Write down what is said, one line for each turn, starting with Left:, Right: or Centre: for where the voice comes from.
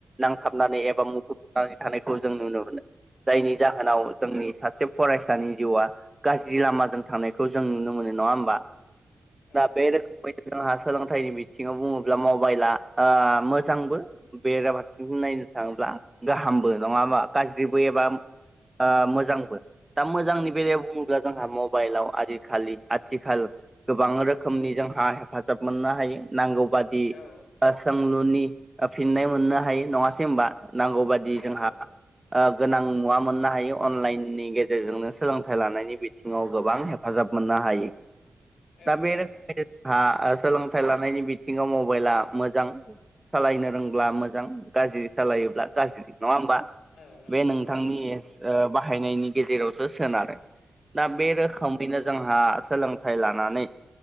Right: नांथाबनानै
Left: औ
Right: एबा मुखुबनानै थानायखौ जों नुनो मोनो जायनि जाहोनाव
Left: औ
Right: जोंनि सासे फरायसानि जिउआ गाज्रि लामाजों थांनायखौ जों नुनो मोनो नङा होमबा?
Left: औ
Right: दा
Left: नंगौ
Right: बे रोखोमै जोंहा सोलोंथाइनि बिथिङाव बुङोब्ला मबाइला ओ मोजांबो बेराफारसें नायनो थाङोब्ला। गाहामबो नङाबा गाज्रिबो एबा
Left: औ
Right: ओ मोजां। मोजांबो दा मोजांनि बेलायाव बुङोब्ला जोंहा मबाइलाव आजिखालि आथिखाल गोबां रोखोमनि जोंहा हेफाजाब मोननो हायो नांगौ बादि
Left: औ
Right: ओ सोंलु नि फिननाय मोननो हायो नङासै होनबा नांगौ बाददि
Left: औ
Right: जोंहा।
Left: नंगौ
Right: गोनां नुवा मोननो हायो अनलाइननि गेजेरजोंनो सोलोंथाइ लानायनि बिथिङाव गोबां हेफाजाब। मोननो हायो
Left: औ
Right: दा
Left: नोंथां
Right: बे रोखोमनि हा सोलोंथाइ लानायनि बिथिङाव मबाइला मोजां। सालायनो रोंब्ला मोजां गाज्रि सालायोब्ला गाज्रि। नङा होमबा
Left: औ नंगौ
Right: बे नोंथांनि
Left: नंगौ थारैनो
Right: ओ बाहायनायनि गेजेरावसो सोनारो दा बे
Left: औ
Right: रोखोमैनो जोंहा सोलोंथाइ लाना नै